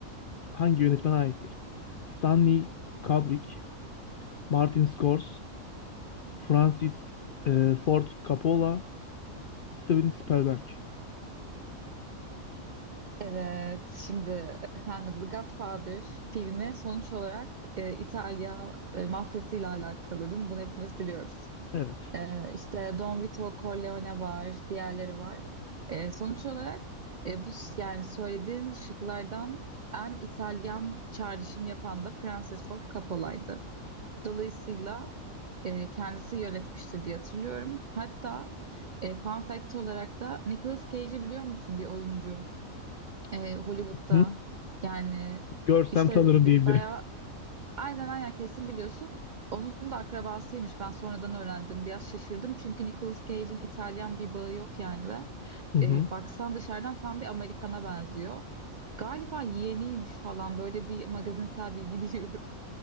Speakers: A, on the left (about 70°); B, on the right (about 80°).
A: hangi yönetmene aittir? Stanley Kubrick, Martin Scorsese, Francis e, Ford Coppola, Steven Spielberg.
B: Evet, şimdi efendim The Godfather filmi sonuç olarak e, İtalya e, mafyasıyla alakalı değil mi? Bunu hepimiz biliyoruz.
A: Evet.
B: E, işte Don Vito Corleone var, diğerleri var. E, sonuç olarak e, bu s- yani söylediğin şıklardan en İtalyan çağrışım yapan da Francis Ford Coppola'ydı. Dolayısıyla e, kendisi yönetmiştir diye hatırlıyorum. Hatta e, fun fact olarak da Nicolas Cage'i biliyor musun bir oyuncu? e, Hollywood'da
A: Hı?
B: yani
A: Görsem
B: işte
A: tanırım diyebilirim.
B: b- bayağı aynen aynen kesin biliyorsun. Onun da akrabasıymış. Ben sonradan öğrendim. Biraz şaşırdım çünkü Nicolas Cage'in İtalyan bir bağı yok yani ve
A: Hı hı.
B: e, baksan dışarıdan tam bir Amerikan'a benziyor. Galiba yeğeniymiş falan böyle bir magazinsel bilgi <laughs> biliyorum.